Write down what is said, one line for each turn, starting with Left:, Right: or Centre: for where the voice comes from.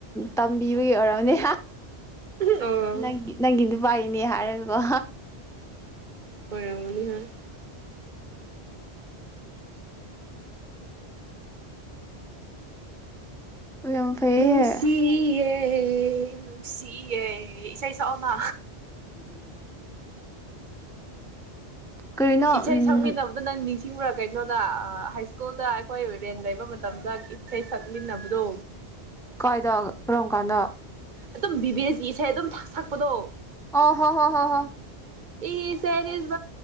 Centre: ꯇꯝꯕꯤꯕꯒꯤ ꯑꯣꯏꯔꯔꯕꯅꯦ
Right: ꯑꯣ
Centre: ꯪ ꯅꯪꯒꯤꯗꯨ ꯄꯥꯏꯔꯤꯅꯦ ꯍꯥꯏꯔꯒꯀꯣ
Right: ꯍꯣꯏꯔꯃꯅꯤ ꯍꯥꯏ
Centre: ꯌꯥꯝ ꯐꯩꯌꯦ
Right: ꯅꯨꯡꯁꯤ ꯂꯅꯨꯡꯁꯤ ꯑꯦ ꯏꯁꯩ ꯁꯛꯑꯣꯅ
Centre: ꯀꯔꯤꯅꯣ
Right: ꯏꯁꯩ
Centre: ꯎꯝ
Right: ꯁꯛꯃꯤꯟꯅꯕꯗ ꯅ ꯅꯤꯡ ꯑꯤꯡꯕ꯭ꯔꯥ ꯀꯩꯅꯣꯗ ꯍꯥꯏ ꯁ꯭ꯀꯨꯜꯗ ꯑꯩꯈꯣꯏ ꯔꯦꯟ ꯂꯩꯕ ꯃꯇꯝꯗ ꯏꯁꯩ ꯁꯛꯃꯤꯟꯅꯕꯗꯣ
Centre: ꯀꯥꯏꯗ ꯔꯣꯝ ꯀꯥꯟꯗ
Right: ꯑꯗꯨꯝ ꯕꯤꯕꯦꯁꯀꯤ ꯏꯁꯩ ꯑꯗꯨꯝ ꯁꯛꯄꯗꯣ
Centre: ꯑꯣ ꯍꯣ ꯍꯣ ꯍꯣ ꯍꯣ
Right: ꯏ ꯁꯦꯔꯤ